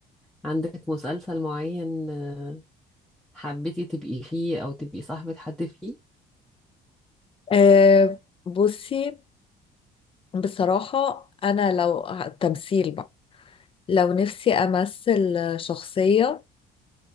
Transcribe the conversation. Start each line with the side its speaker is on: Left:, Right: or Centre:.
Centre: عندك مسلسل معين آه، حبيتي تبقي فيه او تبقي صاحبة حد فيه
Left: آه، بصي بصراحه انا لو ه- تمثيل بقى لو نفسي امثل شخصيه